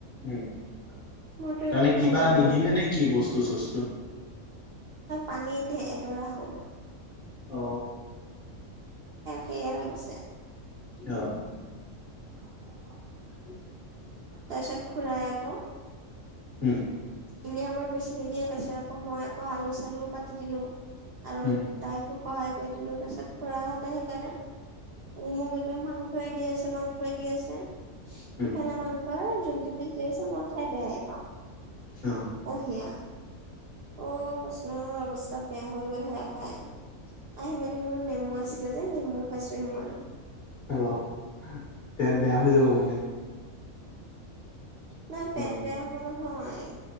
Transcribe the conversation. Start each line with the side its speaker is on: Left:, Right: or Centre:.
Left: উম তাৰমানে
Right: মোৰতো একো ভাল
Left: কিবা
Right: লগা
Left: নিদিলে
Right: নাই আজি।
Left: নে কি বস্তু চস্তু।
Right: পানীয়ে <unintelligible> এডৰা হল।
Left: অ।
Right: সেয়ে লাগিছে
Left: অ
Right: <inaudible>
Left: <unintelligible>
Right: তাৰপিছত খুৰায়ে আকৌ।
Left: হম
Right: এনেি আমাৰ বেছি নিদিয়ে তাৰ পিছত আকৌ মই আকৌ আলু চালু কাটি দিলো আৰু
Left: উম
Right: তাইকো। সহায় কৰি দিলো তাৰপিছত খুৰাহঁতে সেইকাৰণে। মোক একে মাংসই দি আছে মাংসই দি আছে সিফালে
Left: উম
Right: মাংস যোন কেইপিছ দি আছে মই খাই বেয়াহে পাওঁ।
Left: অ
Right: অহ সেয়া উম কৈছ। তাৰ মোৰ অৱস্থা বেয়া হৈ গ'ল সেয়া খাই আহি মেলি মোৰ নেমু আচ যে নেমু খাইছো মই
Left: আহ পেট বেয়া হৈ যাব মানে।
Right: নহয় পেট
Left: অ
Right: বেয়া হ'ব নহয়।